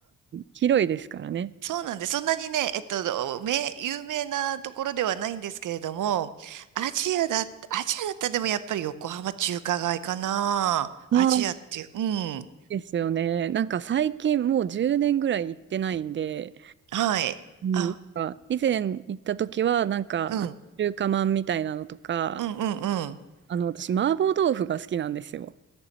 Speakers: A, on the right (about 40°); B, on the right (about 75°).
A: 広いですからね。
B: そうなんで、そんなにね、えっと、め、有名なところではないんですけれども、アジアだ、アジアだったらでもやっぱり横浜中華街かな。アジアっていう、
A: ああ、都
B: うん。
A: ですよね。なんか最近もう10年ぐらい行ってないんで、
B: はい。
A: うん、
B: あ、
A: なんか以前行った時はなんかあの中華まんみたいなのとか、
B: うん、うん、うん、うん。
A: あの私麻婆豆腐が好きなんですよ。